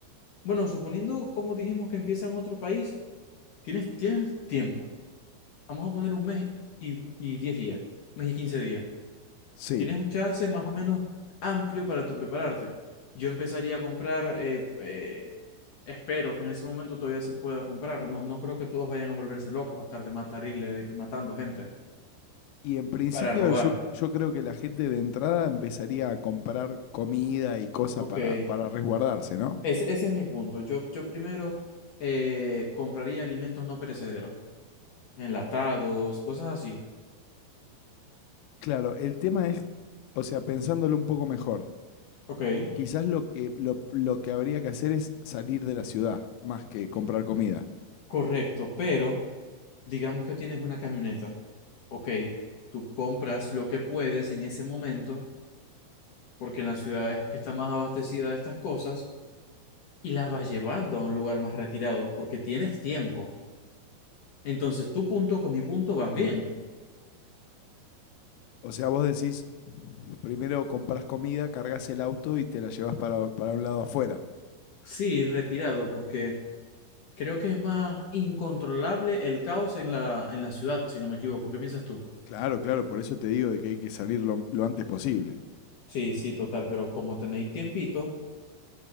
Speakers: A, on the left (about 55°); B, on the left (about 80°).
A: Bueno, suponiendo, como dijimos, que empieza en otro país, tienes, tienes tiempo. Vamos a poner un mes y, y 10 días, un mes y 15 días.
B: Sí.
A: Tienes un chance más o menos amplio para tú prepararte. Yo empezaría a comprar, eh, eh, espero que en ese momento todavía se pueda comprar. No, no creo que todos vayan a volverse locos a estar de matarile y matando gente
B: Y en principio
A: para robar.
B: yo, yo creo que la gente de entrada empezaría a comprar comida y cosas
A: Ok.
B: para, para resguardarse, ¿no?
A: Ese, ese es mi punto. Yo, yo primero eh, compraría alimentos no perecederos, enlatados, cosas así.
B: Claro, el tema es, o sea, pensándolo un poco mejor,
A: Ok,
B: quizás lo que, lo, lo que habría que hacer es salir de la ciudad más que comprar comida.
A: correcto, pero digamos que tienes una camioneta. Ok, tú compras lo que puedes en ese momento, porque en las ciudades que está más abastecida de estas cosas, y las vas llevando a un lugar más retirado, porque tienes tiempo. Entonces, tu punto con mi punto van bien.
B: O sea, vos decís, primero compras comida, cargas el auto y te la llevas para, para un lado afuera.
A: Sí, retirado, porque Creo que es más incontrolable el caos en la, en la ciudad, si no me equivoco. ¿Qué piensas tú?
B: Claro, claro, por eso te digo de que hay que salir lo, lo antes posible.
A: Sí, sí, total, pero como tenéis tiempito,